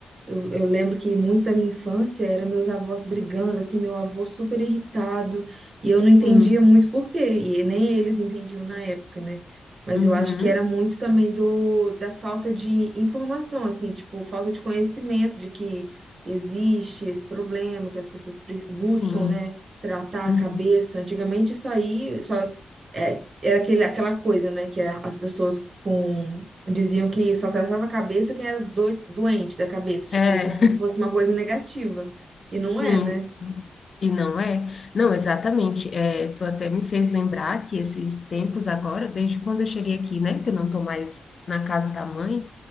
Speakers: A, on the right; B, on the left.
A: eu, eu lembro que muito da minha infância era meus avós brigando, assim, meu avô super irritado, e eu não
B: sim,
A: entendia muito por quê, e nem eles entendiam na época, né? Mas
B: uhum,
A: eu acho que era muito também do, da falta de informação, assim, tipo, falta de conhecimento de que existe esse problema, que as pessoas pre- buscam,
B: sim,
A: né, tratar
B: uhum.
A: a cabeça. Antigamente isso aí só é, era aquele, aquela coisa, né, que a- as pessoas com diziam que só tratava a cabeça quem era doi- doente da cabeça, tipo,
B: É,
A: como se fosse uma coisa negativa. E não
B: sim.
A: é, né?
B: E não é? Não, exatamente. É, tu até me fez lembrar que esses tempos agora, desde quando eu cheguei aqui, né, que eu não tô mais na casa da mãe,